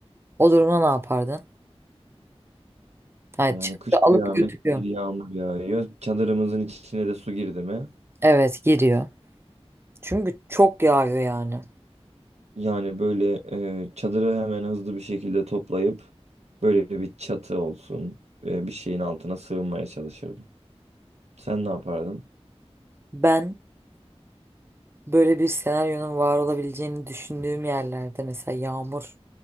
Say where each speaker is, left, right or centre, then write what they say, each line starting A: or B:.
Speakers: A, on the right; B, on the right.
A: O durumda ne yapardın? Yani
B: Yani
A: çadırı
B: kış
A: alıp
B: kıyamet
A: götürüyor.
B: bir yağmur yağıyor. Çadırımızın içine de su girdi mi?
A: Evet giriyor. Çünkü çok yağıyor yani.
B: Yani böyle e, çadırı hemen hızlı bir şekilde toplayıp böyle bir çatı olsun e, bir şeyin altına sığınmaya çalışırdım. Sen ne yapardın?
A: Ben böyle bir senaryonun var olabileceğini düşündüğüm yerlerde mesela yağmur